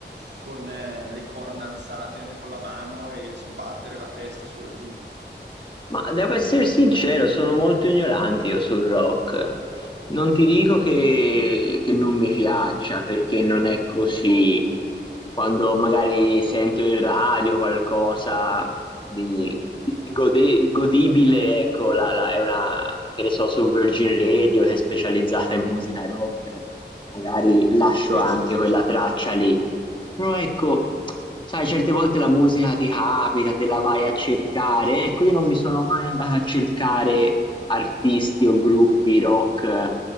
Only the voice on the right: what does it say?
con eh, le corna alzate con la mano e sbattere la testa su e giù.
Sì,
sì, sì.
sì.